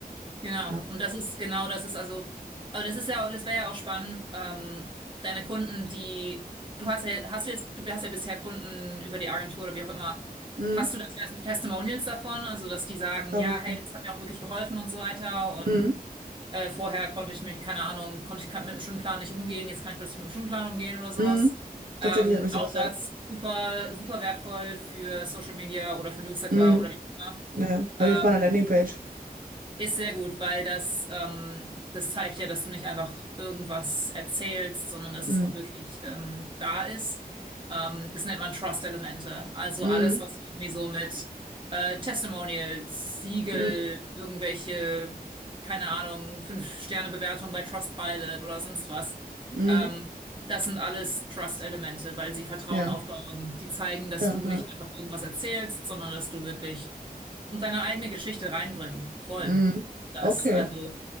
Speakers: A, on the right; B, on the right.
A: Genau.
B: Ja.
A: Und das ist genau, das ist also, aber das ist ja, aber das wäre ja auch spannend, ähm, deine Kunden, die, du hast ja, hast du jetzt, du hast ja bisher Kunden über die Agentur oder wie auch immer.
B: Mhm,
A: Hast du das Testimonials davon? Also, dass die sagen,
B: habe
A: ja,
B: ich.
A: hey,
B: Mhm.
A: das hat mir auch wirklich geholfen und so weiter.
B: Mhm.
A: Und äh, vorher konnte ich mich, keine Ahnung, konnte ich mit dem Stundenplan nicht umgehen, jetzt kann ich plötzlich mit dem Stundenplan umgehen oder sowas.
B: Mhm.
A: Ähm,
B: Tatsächlich habe ich
A: auch
B: sowas,
A: das
B: ja.
A: super, super wertvoll für Social Media oder für Newsletter
B: Mhm.
A: oder wie auch immer.
B: Ja, ja. habe
A: Ähm,
B: ich auf meiner Landingpage.
A: ist sehr gut, weil das, ähm, das zeigt ja, dass du nicht einfach irgendwas erzählst, sondern dass
B: Mhm.
A: es auch wirklich ähm, da ist. Ähm, das nennt man Trust-Elemente. Also
B: Mhm.
A: alles, was irgendwie so mit äh, Testimonials, Siegel,
B: Mhm.
A: irgendwelche, keine Ahnung, Fünf-Sterne-Bewertungen bei Trustpilot oder sonst was.
B: Mhm.
A: Ähm, das sind alles Trust-Elemente, weil sie Vertrauen
B: Ja.
A: aufbauen. Die zeigen, dass
B: Ja,
A: du
B: ja.
A: nicht einfach irgendwas erzählst, sondern dass du wirklich und deine eigene Geschichte reinbringen. Voll.
B: Mhm.
A: Das.
B: Okay.
A: Also